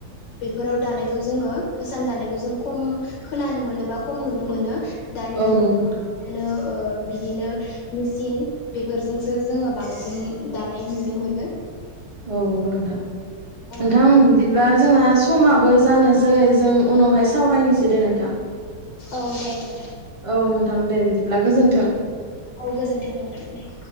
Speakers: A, on the left; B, on the right.
A: बेफोराव दानायखौ जोङो होसान दानायखौ जों खम खोनानो मोनोबा खम नुनो मोनो। दानि
B: औ
A: जुगाव
B: नंगौ नोंथां
A: <unintelligible> ओ बिदिनो मिसिन बेफोरजोंसो जोङो बांसिन दानाय नुनो मोनो।
B: औ नंगौ नोंथां नोंथां
A: औ नोंथां
B: बिदिब्ला जोंहा समाबो जानोसै जों उनावहाय सावरायनोसै दे नोंथां।
A: औ दे नोंथां।
B: औ नोंथां दे बिदिब्ला गोजोन्थों।
A: औ गोजोनथों नोंथां दे।